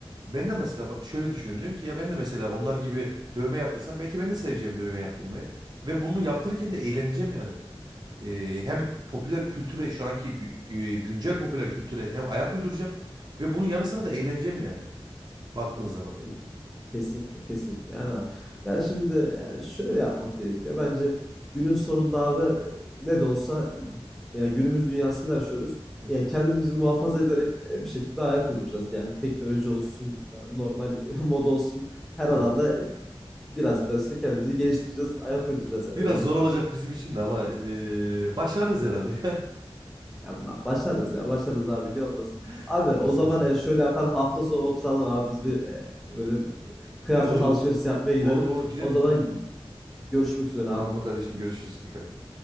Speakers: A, on the right; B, in the centre.
A: ben de mesela bak şöyle düşünüyorum. Diyorum ki ya ben de mesela onlar gibi dövme yaptırsam belki ben de seveceğim dövme yaptırmayı. Ve bunu yaptırırken de eğleneceğim yani. Ee, hem popüler kültüre şu anki gü- gü- güncel popüler kültüre hem ayak uyduracağım ve bunun yanı sıra da eğleneceğim yani baktığın zaman.
B: E, kes- Kesinlikle, kesinlikle. Yani abi. Ya şimdi ya şöyle yapmak gerekiyor. Bence günün sonunda abi e, ne de olsa e, ya günümüz dünyasında yaşıyoruz.
A: Hı
B: Ya
A: hı.
B: kendimizi muhafaza ederek e, bir şekilde ayak uyduracağız. Yani teknoloji
A: Hı.
B: olsun, ya normal <laughs> moda olsun her alanda
A: Evet.
B: e, biraz biraz işte kendimizi geliştireceğiz, ayak
A: Evet.
B: uyduracağız yani
A: Biraz
B: öyle diyeyim
A: zor
B: abi.
A: olacak bizim için de ama ee, başarırız herhalde.
B: Ya ba- başarız ya. Başarız abi. Niye olmasın?
A: <laughs>
B: Abi
A: Doğru
B: o
A: söylüyorsun.
B: zaman e, şöyle yapalım. Hafta sonu oturalım abi. Biz bir e,
A: Ee,
B: böyle
A: e,
B: kıyafet
A: Olur olur.
B: alışverişi yapmaya gidelim.
A: Olur olur gidelim
B: O zaman
A: gidelim.
B: görüşmek üzere
A: Tamamdır
B: abi.
A: kardeşim görüşürüz. Dikkat et.